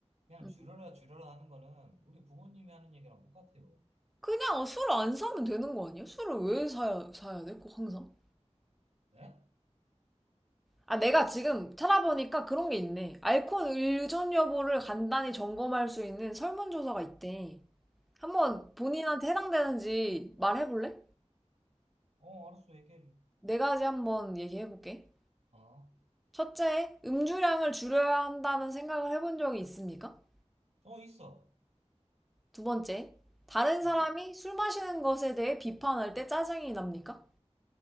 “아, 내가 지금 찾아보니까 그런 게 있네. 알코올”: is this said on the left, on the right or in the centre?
Centre